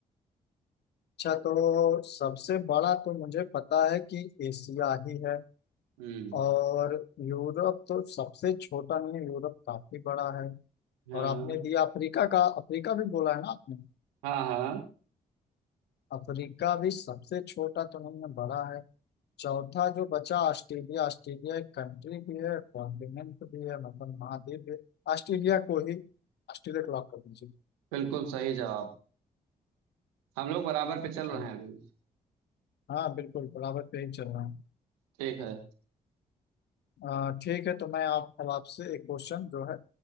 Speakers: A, on the left; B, on the right.
A: अच्छा तो सबसे बड़ा तो मुझे पता है कि एशिया ही है
B: हम्म
A: और यूरोप तो सबसे छोटा नहीं है, यूरोप काफी बड़ा है
B: हाँ
A: और आपने दिया अफ्रीका का अफ्रीका भी बोला है ना आपने
B: हाँ हाँ
A: अफ्रीका भी सबसे छोटा तो नहीं है बड़ा है चौथा जो बचा ऑस्ट्रेलिया ऑस्ट्रेलिया एक कंट्री भी है कॉन्टिनेंट भी है मतलब महाद्वीप भी है। ऑस्ट्रेलिया को ही ऑस्ट्रेलिया को लॉक कर दीजिए
B: बिल्कुल सही जवाब हम लोग बराबर पे
A: अच्छा।
B: चल रहे हैं अभी
A: हाँ बिल्कुल बराबर पे ही चल रहा है
B: ठीक है
A: अ, ठीक है तो मैं आप अब आपसे एक क्वेश्चन जो है